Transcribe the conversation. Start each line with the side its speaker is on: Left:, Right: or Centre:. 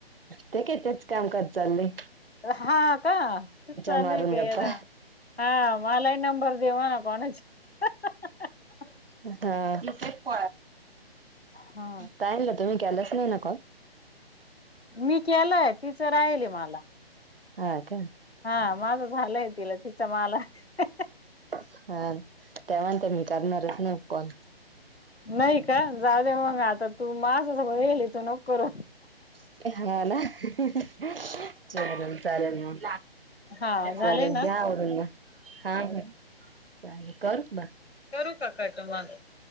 Right: ते का तेच कामकाज चाललय
Left: हाव का हे चालूये
Right: मारून
Left: गे
Right: गप्पा
Left: <inaudible> हा मलाई नंबर देवाना कोणाचे हा हा
Right: हा <inaudible>
Left: हा
Right: काय <inaudible> तुम्ही केलाच नाही ना कॉल
Left: मी केलंय तिचं राहिलय मला
Right: हा काय
Left: हा माझं झालंय तिला तिचा माला ह ह
Right: हा त्या म्हणतात मी करणारच नाही कॉल
Left: नाही का जाऊ दे मग आता तू <unintelligible> नको करू
Right: <inaudible> ला ह ह ह चालल चालेल मग
Left: हा झाले
Right: चालेल
Left: ना
Right: घ्या आवरून मग हा हा चालेल करू का
Left: करू का कट मग